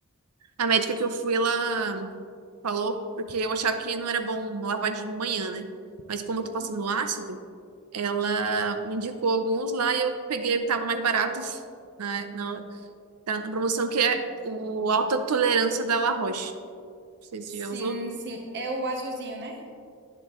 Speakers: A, on the right (about 85°); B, on the right (about 50°).
A: a médica que eu fui, ela falou, porque eu achava que não era bom lavar de manhã, né? Mas como
B: Uhum.
A: eu tô passando ácido, ela me indicou alguns lá e eu peguei o que tava mais barato <laughs> na, na, tá na promoção, que é o Alta Tolerância da La Roche. Não sei
B: Sim,
A: se você já usou.
B: sim. É o azulzinho, né?